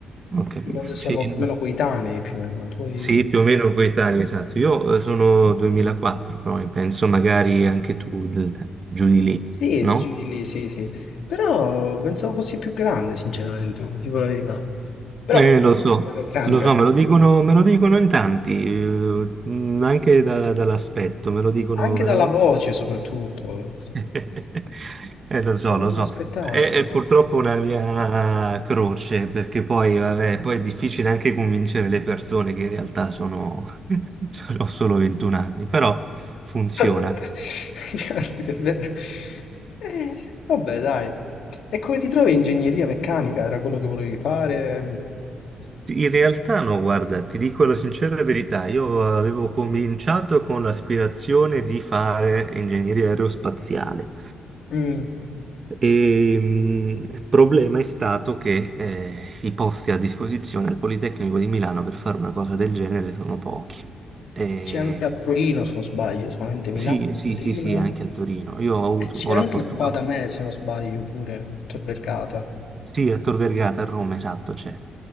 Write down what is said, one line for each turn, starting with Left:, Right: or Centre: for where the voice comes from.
Right: Ho capito.
Left: Penso siamo
Right: Sì,
Left: più
Right: no.
Left: o meno coetanei, più o meno. Tu hai-
Right: Sì, più o meno coetaneo, esatto. Io eh, sono 2004, però penso magari anche tu del- giù di lì,
Left: Sì,
Right: no?
Left: giri lì, sì, sì. Però pensavo fossi più grande, sinceramente, dico la verità. Però
Right: Eh, lo so,
Left: la meccanica,
Right: lo so, me lo dicono, me lo dicono in tanti, eh, mh, anche da- dall'aspetto, me lo dicono
Left: anche
Right: veramente.
Left: dalla voce soprattutto,
Right: <laughs> Eh, lo so,
Left: non
Right: lo
Left: me
Right: so.
Left: l'aspettavo.
Right: È, è
Left: non me
Right: purtroppo
Left: l'aspettavo.
Right: una mia croce, perché poi, vabbè, poi è difficile anche convincere le persone che in realtà sono... <laughs> ho solo 21 anni, però funziona.
Left: Aspetta, <laughs> caspita, è vero. Eh, vabbè, dai. E come ti trovi in ingegneria meccanica? Era quello che volevi fare?
Right: Sì, In realtà no, guarda, ti dico la sincera verità, io avevo cominciato con l'aspirazione di fare ingegneria aerospaziale
Left: Mm,
Right: e mh, il problema è stato che eh, i posti a disposizione al Politecnico di Milano per fare una cosa del genere sono pochi. E
Left: C'è anche a Torino, se non sbaglio, solamente Milano,
Right: sì, sì,
Left: Torino.
Right: sì, sì, anche a Torino. Io ho avuto,
Left: E c'è
Right: ho
Left: anche
Right: la fortuna.
Left: qua da me, se non sbaglio, pure, c'è Bergata.
Right: Sì, a Tor Vergata a Roma, esatto, c'è.